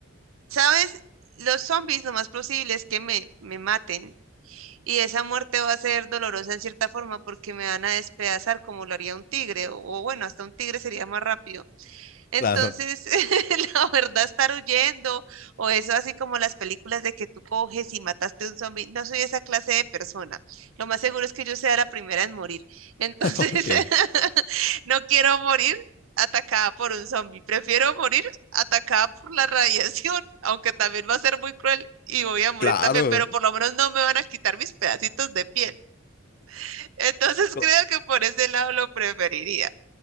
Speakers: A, on the right; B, on the left.
A: ¿sabes? Los zombies lo más posible es que me, me maten y esa muerte va a ser dolorosa en cierta forma porque me van a despedazar como lo haría un tigre, o, o bueno, hasta un tigre sería más rápido, entonces,
B: claro,
A: <laughs> la verdad, estar huyendo o eso así como las películas de que tú coges y mataste a un zombie, no soy esa clase de persona. Lo más seguro es que yo sea la primera en morir. Entonces,
B: <laughs>
A: <laughs>
B: ok,
A: no quiero morir atacada por un zombie. Prefiero morir atacada por la radiación, <laughs> aunque también va a ser muy cruel y voy a morir
B: claro.
A: también, pero por lo menos no me van a quitar mis pedacitos de piel. <laughs> Entonces,
B: Co-
A: creo que por ese lado lo preferiría.